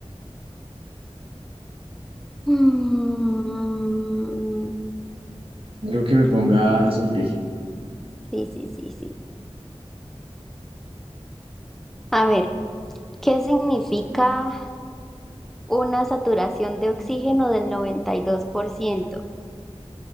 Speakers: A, in the centre; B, on the right.
A: Mm,
B: algo que me ponga a sufrir.
A: Sí, sí, sí, sí. A ver, ¿qué significa una saturación de oxígeno del 92%?